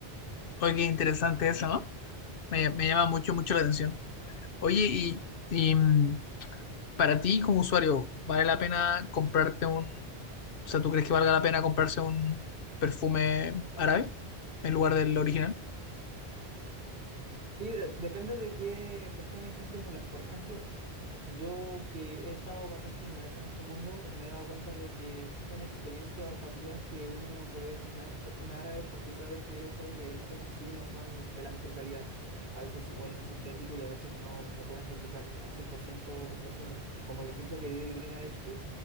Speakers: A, on the left (about 60°); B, on the right (about 85°).
A: Oye, qué interesante eso, ¿no? Me, me llama mucho, mucho la atención. Oye, y, y, mm, Para ti como usuario, ¿vale la pena comprarte un... O sea, ¿tú crees que valga la pena comprarse un perfume árabe en lugar del original?
B: Sí, de- depende de qué perfume intente emular. Por ejemplo, Yo que he estado bastante inmerso en este mundo, me he dado cuenta de que existen experiencias olfativas que uno no puede comprar en perfume árabe porque sabe que esos ingredientes en sí no son de la mejor calidad. A veces huelen sintético y a veces no, no pueden replicar al 100% un perfume. Como el ejemplo que di del Green Arage Tweed,